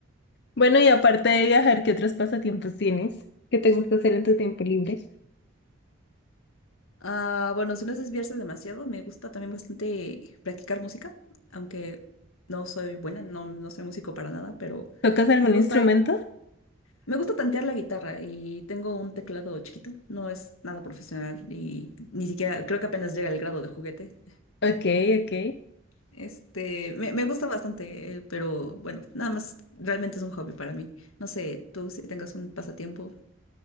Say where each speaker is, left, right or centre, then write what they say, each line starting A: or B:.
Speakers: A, on the left; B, on the left.
A: Bueno, y aparte de viajar, ¿qué otros pasatiempos tienes? ¿Qué te gusta hacer en tu tiempo libre?
B: Ah, bueno, si no es desviarse demasiado, me gusta también bastante practicar música, aunque no soy buena, no, no soy músico para nada, pero
A: ¿Tocas algún
B: me gusta.
A: instrumento?
B: Me gusta tantear la guitarra y tengo un teclado chiquito, no es nada profesional y ni siquiera, creo que apenas llega al grado de juguete.
A: Ok, ok.
B: Este, me, me gusta bastante, eh, pero bueno, nada más realmente es un hobby para mí. No sé, tú si tengas un pasatiempo.